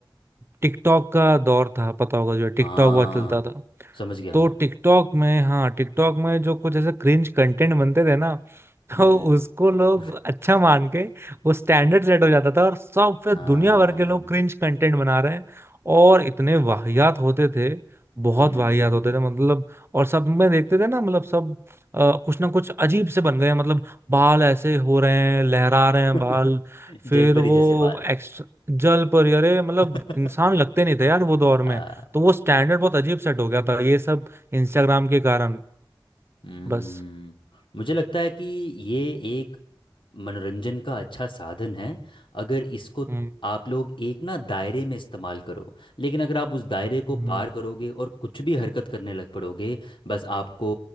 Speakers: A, on the right (about 30°); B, on the left (about 75°).
A: टिकटॉक का दौर था पता होगा जो टिकटॉक
B: हाँ
A: हुआ चलता था
B: समझ गया
A: तो
B: मैं
A: टिकटॉक में हाँ टिकटॉक में जो कुछ ऐसे क्रिंज कंटेंट बनते थे ना
B: हम्म
A: तो उसको लोग अच्छा मान के वो स्टैंडर्ड सेट हो जाता था और सब फिर
B: <laughs>
A: दुनिया
B: हाँ
A: भर के लोग क्रिंज कंटेंट बना रहे हैं और इतने वाहियात होते थे बहुत
B: हम्म
A: वाहियात होते थे मतलब और सब में देखते थे ना मतलब सब अ, कुछ ना कुछ अजीब से बन गए हैं, मतलब बाल ऐसे हो रहे हैं लहरा रहे हैं
B: <laughs>
A: बाल फिर
B: जलपरी
A: वो
B: जैसे बाल
A: एक्स जल पर अरे मतलब
B: <laughs>
A: इंसान लगते नहीं थे यार वो दौर
B: आ,
A: में तो वो स्टैंडर्ड बहुत अजीब सेट हो गया था ये सब इंस्टाग्राम के कारण
B: हम्म,
A: बस
B: मुझे लगता है कि ये मनोरंजन का अच्छा साधन है अगर इसको
A: हम्म
B: आप लोग एक ना दायरे में इस्तेमाल करो लेकिन अगर आप उस दायरे को
A: हम्म
B: पार करोगे और कुछ भी हरकत करने लग पड़ोगे बस आपको